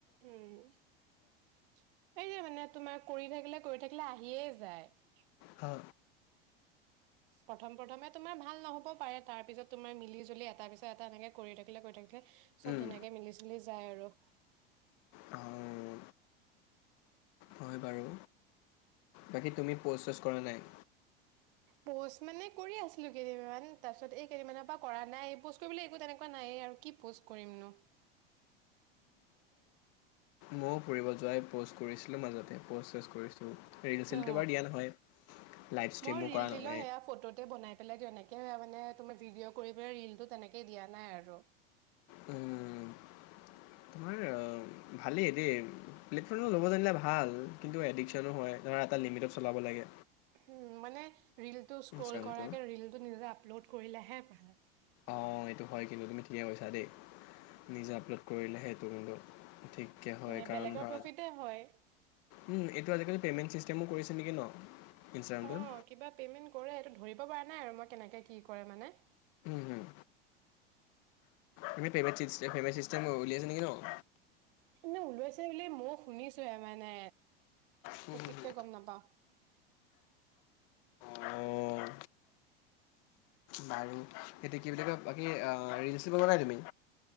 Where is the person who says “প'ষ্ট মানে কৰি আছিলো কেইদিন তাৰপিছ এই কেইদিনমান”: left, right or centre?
Right